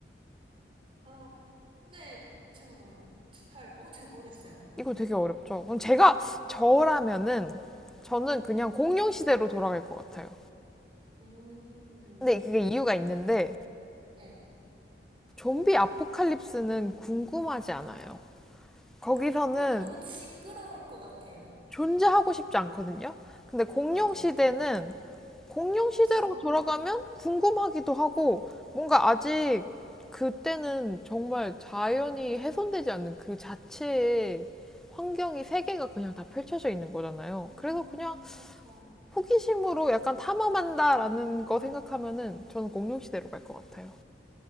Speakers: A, on the right; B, in the centre.
A: 어, 근데, 잠깐만. 잘, 어, 잘 모르겠어요.
B: 이거 되게 어렵죠. 그럼 제가 저라면은 저는 그냥 공룡 시대로 돌아갈 것 같아요.
A: 음,
B: 근데 그게 이유가 있는데
A: 네.
B: 좀비 아포칼립스는 궁금하지 않아요. 거기서는
A: 아, 근데 너무 징그러울 것 같아요.
B: 존재하고 싶지 않거든요. 근데 공룡
A: 맞아.
B: 시대는 공룡 시대로
A: 궁금한,
B: 돌아가면 궁금하기도 하고 뭔가 아직 그때는 정말 자연이 훼손되지 않는 그 자체의 환경이 세계가 그냥 다 펼쳐져 있는 거잖아요.
A: 음,
B: 그래서 그냥
A: 그쵸.
B: 호기심으로 약간 탐험한다라는 거 생각하면은 저는 공룡 시대로 갈 것 같아요.